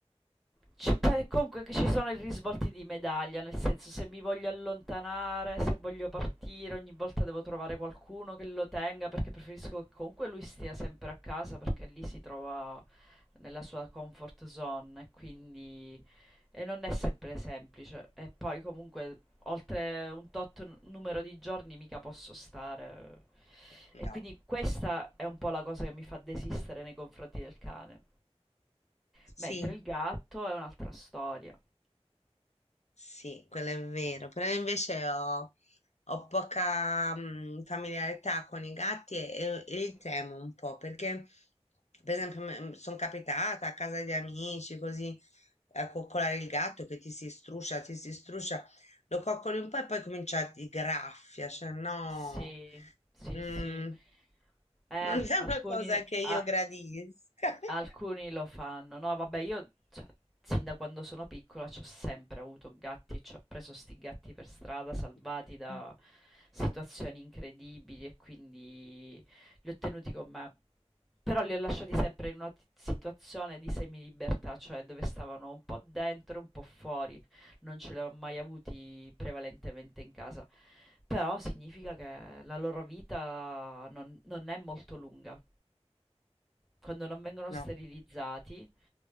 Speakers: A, in the centre; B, on the left.
A: Cioè, beh, comunque che ci sono i risvolti di medaglia, nel senso se mi voglio allontanare, se voglio partire, ogni volta devo trovare qualcuno che lo tenga perché preferisco che comunque lui stia sempre a casa perché lì si trova nella sua comfort zone e quindi e non è sempre semplice. E poi comunque oltre un tot n- numero di giorni mica posso stare.
B: Mm.
A: E
B: No.
A: quindi questa è un po' la cosa che mi fa desistere nei confronti del cane.
B: Sì.
A: Mentre il gatto è un'altra storia.
B: Sì, quello è vero, però invece ho, ho poca mm, familiarità con i gatti e, e li temo un po' perché, per esempio, sono capitata a casa di amici così a coccolare il gatto che ti si struscia, ti si struscia, lo coccoli un po' e poi comincia a ti graffia, cioè no,
A: Sì, sì,
B: mm,
A: sì. Eh,
B: non è una
A: alcuni
B: cosa che io
A: a
B: gradisca.
A: Alcuni lo fanno. No, vabbè, io cioè, sin da quando sono piccola ci ho sempre avuto gatti e ci ho preso sti gatti per strada, salvati
B: <laughs>
A: da situazioni incredibili e quindi li ho tenuti con me. Però li ho lasciati sempre in una t- situazione di semilibertà, cioè dove stavano un po' dentro, e un po' fuori. Non ce li ho mai avuti prevalentemente in casa. Però significa che la loro vita non non è molto lunga quando non vengono
B: No,
A: sterilizzati,